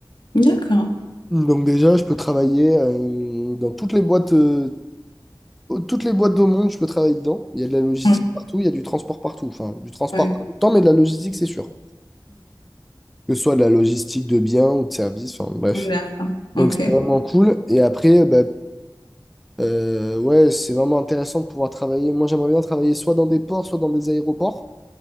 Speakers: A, on the left; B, in the centre.
A: D'accord.
B: Donc déjà, je peux travailler euh, dans toutes les boîtes, euh, toutes les boîtes au monde, je peux travailler dedans. Il y a de la logistique
A: Oui,
B: partout, il y a du transport partout. Enfin, du transport
A: oui,
B: pas tout le temps, mais de la logistique, c'est sûr. Que ce soit de la logistique de biens ou de services, enfin bref.
A: oui. D'accord.
B: Donc
A: Ok.
B: c'est vraiment cool. Et après, euh, bah, euh, ouais, c'est vraiment intéressant de pouvoir travailler. Moi, j'aimerais bien travailler soit dans des ports, soit dans des aéroports,